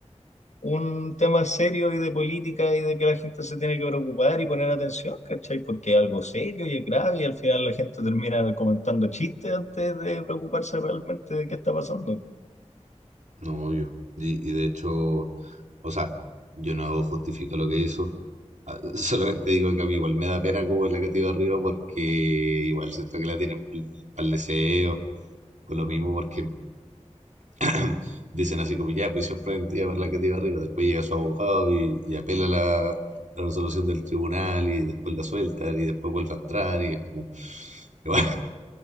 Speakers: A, on the left; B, on the right.
A: un tema serio y de política y de que la gente se tiene que preocupar y poner atención, ¿cachai? Porque es algo serio y es grave y al final la gente termina comentando chistes antes de preocuparse realmente de qué está pasando.
B: No, obvio. Y, y de hecho, o sea, yo no justifico lo que hizo. Ah, <laughs> Solamente digo que a mí igual me da pena como la que tiró arriba porque igual siento que la tiene para el deseo. Por lo mismo, porque <clears throat> dicen así como ya, prisión preventiva para la que tiró arriba. Después llega su abogado y, y apela la, la resolución del tribunal y después la suelta y después vuelve a entrar. Y es como, <laughs> igual,